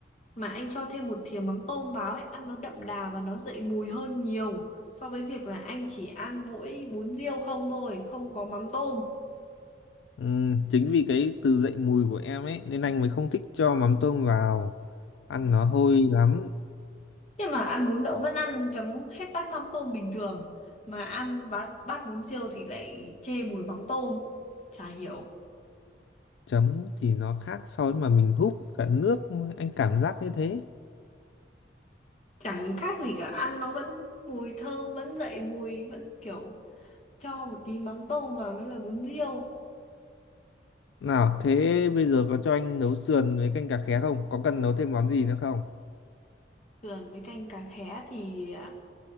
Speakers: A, on the left; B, on the left.
A: mà anh cho thêm một thìa mắm tôm vào ấy, ăn nó đậm đà và nó dậy mùi hơn nhiều so với việc là anh chỉ ăn mỗi bún riêu không thôi, không có mắm tôm.
B: Ừm, chính vì cái từ dậy mùi của em ấy nên anh mới không thích cho mắm tôm vào ăn nó hôi lắm
A: Nhưng mà ăn bún đậu vẫn ăn chấm hết bát mắm tôm bình thường, mà ăn bát, bát bún riêu thì lại chê mùi mắm tôm. Chả hiểu,
B: chấm thì nó khác so với mà mình húp cả nước anh cảm giác như thế
A: chẳng khác gì cả, ăn nó vẫn mùi thơm, vẫn dậy mùi, vẫn kiểu cho một tí mắm tôm vào mới là bún riêu
B: nào thế bây giờ có cho anh nấu sườn với canh cà khé không có cần nấu thêm món gì nữa không
A: sườn với canh cà khé thì à,